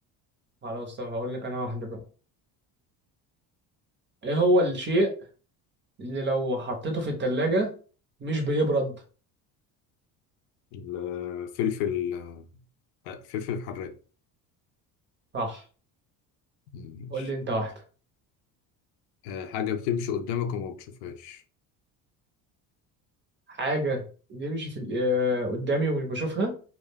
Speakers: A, on the right; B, on the left.
A: خلاص طب هقول لك أنا واحدة بقى إيه هو الشيء اللي لو حطيته في التلاجة مش بيبرد؟
B: الفلفل آه، فلفل حراق
A: صح
B: ماشي
A: قول لي أنت واحدة
B: آه، حاجة بتمشي قدامك وما بتشوفهاش
A: حاجة بيمشي في ال- آه، قدامي ومش بشوفها